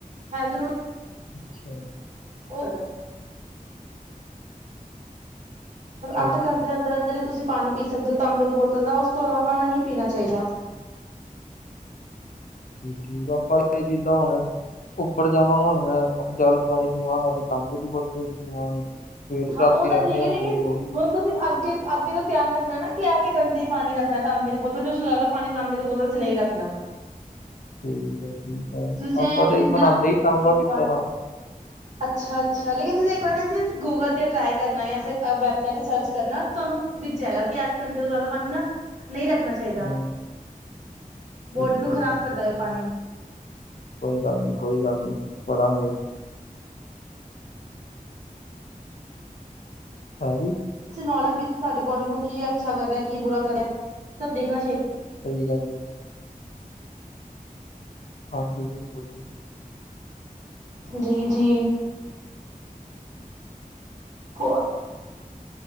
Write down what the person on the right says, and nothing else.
ਹੈਲਥ ਨੂੰ।
ਓ ਅੱਠ
ਘੰਟੇ ਦੇ ਅੰਦਰ ਅੰਦਰ ਹੀ ਤੁਸੀਂ ਪਾਣੀ ਪੀ ਸਕਦੇ ਹੋ ਤਾਂਬੇ ਦੀ ਬੋਤਲ ਦਾ ਉਸ ਤੋਂ ਇਲਾਵਾ ਨਹੀਂ ਪੀਣਾ ਚਾਹੀਦਾ
ਹਾਂ
ਉਹ ਤਾਂ
ਠੀਕ
ਹੈ
ਲੇਕਿਨ
ਹੁਣ ਤੁਸੀਂ ਅੱਗੇ ਅੱਗੇ ਦਾ ਧਿਆਨ ਰੱਖਣਾ ਨਾ ਕਿ ਆਟੇ ਘੰਟੇ ਪਾ ਰੱਖਣਾ ਤਾਂਬੇ ਦੇ ਬੋਤਲ ਚਂ ਜ਼ਿਆਦਾ ਪਾਣੀ ਤਾਂਬੇ ਦੇ ਬੋਤਲ ਨਹੀਂ ਰੱਖਣਾ
ਤੁਸੀਂ
ਇਹ
ਚੀਜ਼ ਨਾ
ਇੱਕ
ਵਾਰ
ਅੱਛਾ ਅੱਛਾ ਲੇਕਿਨ ਤੁਸੀਂ ਇੱਕ ਵਾਰ ਗੂਗਲ ਤੇ ਟਰਾ ਕਰਨਾੈਬ ਤੇ ਸਰਚ ਕਰਨਾ ਤੁਹਾਨੂੰ ਦਿਖ ਜਾਏਗਾ ਕਿ ਅੱਠ ਘੰਟੇ ਤੋਂ ਜ਼ਿਆਦਾ ਪਾਣੀ ਨਾ ਨਹੀਂ ਰੱਖਣਾ ਚਾਹੀਦਾ
ਚਾਹੀਦਾ
ਬੋਡ ਨੂੰ ਖ਼ਰਾਬ
ਕਰਦਾ ਹੈ ਉਹ
ਪਾਣੀ
ਨੌਲੇਜ ਸਾਡੀ ਬੋਡੀ ਨੂੰ ਕੀ ਅੱਛਾ ਕਰਹਾ ਕੀ ਬੁਰਾ ਕਰ ਰਿ ਸਭ ਦੇਖਣਾ ਚਾਹੀਦਾ
ਜੀ ਜੀ ਹੋਰ